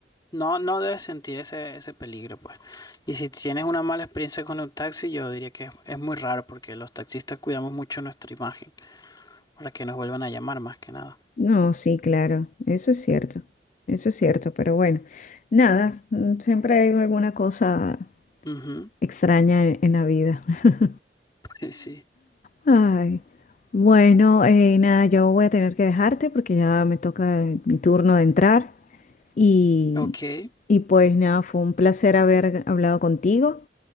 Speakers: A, on the left; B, on the left.
A: no, no debes sentir ese, ese peligro, pues. Y si tienes una mala experiencia con un taxi, yo diría que es, es muy raro porque los taxistas cuidamos mucho nuestra imagen. para que nos vuelvan a llamar más que nada.
B: No, sí, claro, eso es cierto, eso es cierto, pero bueno, nada, mm, siempre hay alguna cosa
A: Ujú,
B: extraña en, en la vida. <laughs>
A: <laughs> pues Sí.
B: Ay, bueno, eh, nada, yo voy a tener que dejarte porque ya me toca eh, mi turno de entrar y,
A: Ok.
B: y pues nada, fue un placer haber hablado contigo